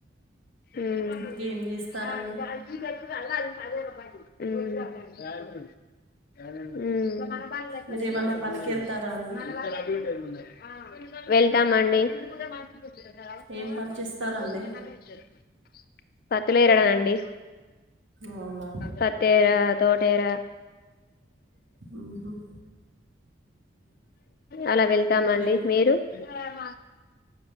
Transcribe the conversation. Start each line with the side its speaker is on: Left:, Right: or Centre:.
Left: మ్మ్
Right: ఇంకేం చేస్తారండి
Left: మ్మ్ మ్మ్
Right: మీరేమన్నా
Left: అ
Right: పనికి వెళ్తారా అండి
Left: వెళ్తామండి <unintelligible>
Right: ఏం పని చేస్తారండి
Left: పతులేరలండి
Right: అవునా
Left: పతేర తోటేర
Right: మ్మ్ హ్మ్
Left: అలా వెళ్తామండి
Right: ఇప్పుడేం
Left: మీరు టైమ్